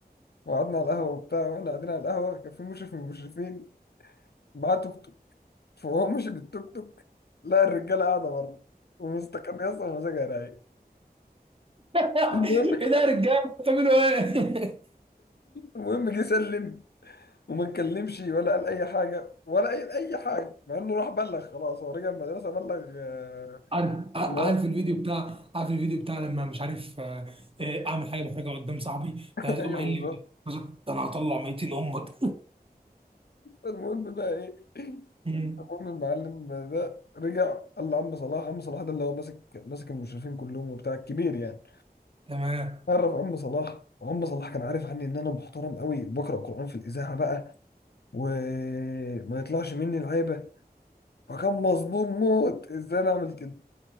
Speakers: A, on the left (about 75°); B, on the right (about 35°).
A: وقعدنا على القهوة وبتاع واحنا قاعدين على القهوة كان في مشرف من المشرفين معاه توك توك فهو مشي بالتوك توك لقى الرجاله قاعده بره ومستكان يا اسطى مزاجها رايق
B: ايه
A: المهم
B: ده يا رجاله بتعملوا ايه <laughs>
A: المهم جه سلم وما اتكلمش ولا قال اي حاجه ولا قال اي حاجه مع انه راح بلغ خلاص هو رجع المدرسه بلغ آه،
B: عارف عارف
A: لا
B: الفيديو بتاع عارف الفيديو بتاع لما مش عارف آه، آه، اعمل حاجه محرجه قدام صاحبي
A: <laughs>
B: فيقوم
A: ايوه
B: قايل
A: بالظبط
B: لي ده انا هطلع 200 امك
A: المهم بقى ايه
B: <laughs> مم.
A: المهم المعلم ده رجع قال لعم صلاح عم صلاح ده اللي هو ماسك ماسك المشرفين كلهم وبتاع الكبير يعني
B: تمام
A: عرف عم صلاح وعم صلاح كان عارف عني ان انا محترم قوي وبقرا قران في الاذاعه بقى وما يطلعش مني العيبه فكان مظلوم موت ازاي انا اعمل كده